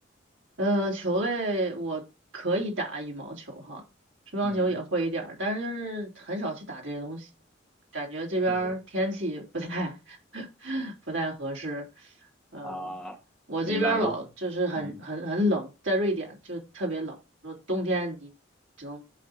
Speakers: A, on the right (about 75°); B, in the centre.
A: 呃，球类我可以打羽毛球哈，乒乓球也会一点儿，
B: 嗯，
A: 但是就是很少去打这些东西，感觉这边儿天气不太
B: 对我
A: <laughs> 不太合适。嗯，
B: 啊，
A: 我这边儿老就是很很很冷，
B: 明白我。嗯。
A: 在瑞典就特别冷，说冬天你只能